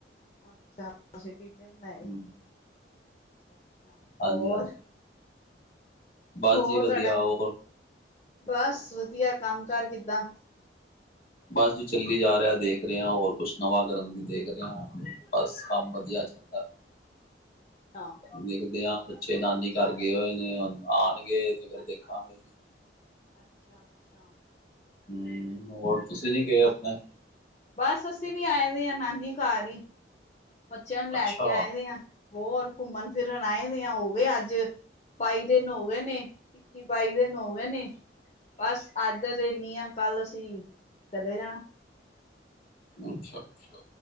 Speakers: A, on the left (about 35°); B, on the left (about 50°).
A: ਅੱਛਾ ਤੁਸੀਂ ਟਿਂਡੇ ਬਣਾਏ,
B: ਹਮ,
A: ਅਛਾ, ਅੱਛਾ।
B: ਹਾਂਜੀ
A: ਹੋਰ।
B: ਹਾਂਜੀ ਬਸ
A: ਹੋਰ
B: ਜੀ ਵਧੀਆ
A: ਤੁਆਡਾ
B: ਹੋਰ
A: ਬਸ, ਵਧੀਆ। ਕੰਮ ਕਾਰ ਕਿੱਦਾਂ?
B: ਬਸ ਜੀ ਚੱਲੀ ਜਾ ਰਿਆ। ਦੇਖ ਰਿਆ ਹੋਰ ਕੁਛ ਨਵਾਂ ਕਰਨ ਦੀ ਦੇਖ ਰਿਆ, ਬਸ ਕੰਮ ਵਧੀਆ ਦਾ
A: ਅੱਛਾ।
B: ਦੇਖਦੇ ਆਂ, ਬੱਚੇ ਨਾਨੀ ਘਰ ਗਏ ਹੋਏ ਨੇ ਹੁਣ ਆਣਗੇ ਤੇ ਫੇਰ ਦੇਖਾਂਗੇ।
A: ਅੱਛਾ, ਅੱਛਾ।
B: ਹਂ, ਹੋਰ ਤੁਸੀਂ ਨੀ ਗਏ ਅਪਣੇ
A: ਬਸ ਅਸੀਂ ਵੀ ਆਏ ਦੇ ਆਂ ਨਾਨੀ ਘਰ ਈ, ਬੱਚਿਆਂ ਨੂੰ ਲੈ
B: ਅੱਛਾ
A: ਕੇ ਆਏ ਦੇ ਆਂ। ਹੋਰ ਘੁੰਮਣ-ਫਿਰਨ ਆਏ ਦੇ ਆਂ, ਹੋ ਗਏ ਅੱਜ ਬਾਈ ਦਿਨ ਹੋ ਗਏ ਨੇ। ਇੱਕੀ-ਬਾਈ ਦਿਨ ਹੋ ਗਏ ਨੇ। ਬਸ ਅੱਜ ਦਾ ਦਿਨ ਈ ਐ, ਕੱਲ ਅਸੀਂ ਚਲੇ ਜਾਣਾ।
B: ਅੱਛਾ, ਅੱਛਾ।